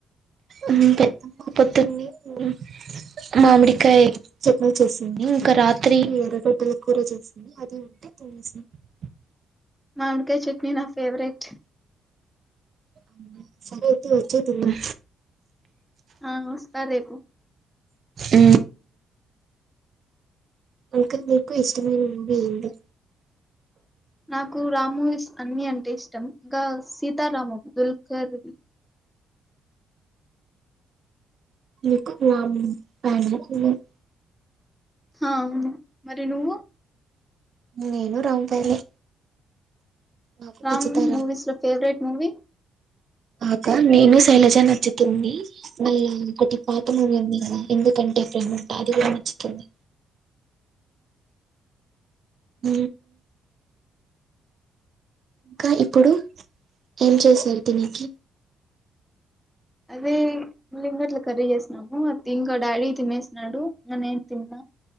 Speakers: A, on the right; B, in the centre.
A: అంతే <unintelligible> మామిడికాయ్ చట్నీ చేసింది ఇంక రాత్రి ఎర్రగడ్డల కూర చేసింది అదే ఉంది <unintelligible>
B: మావిడికాయ్ చట్నీ నా ఫేవరెట్
A: అవునా సరే అయితే వచ్చేయ్ తిందాం
B: ఆ వస్త రేపు
A: ఊ ఇంకా మీకు ఇష్టమైన మూవీ ఏంది
B: నాకు రామ్ మూవీస్ అన్ని అంటే ఇష్టం ఇంక సీతారామం దుల్కర్
A: మీకు <unintelligible>
B: హా అవును మరి నువ్వు
A: నేను రామ్ ఫ్యానే నాకు
B: రామ్
A: నచ్చుతాయి
B: మూ మూవీస్ లో ఫేవరెట్ మూవీ
A: ఆ అక్క నేను శైలజ నచ్చుతుంది మళ్ళా ఒకటి పాతమూవి ఉంది గదా ఎందుకం టే ప్రేమంట అది గూడ నచ్చుతుంది ఊ ఇంక ఇప్పుడు ఏం చేశారు తినేకి
B: అదే ముల్లింగడ్ల కర్రీ చేసినాము అద్ ఇంకా డాడీ తినేసినాడు ఇంగ నేను తిన్న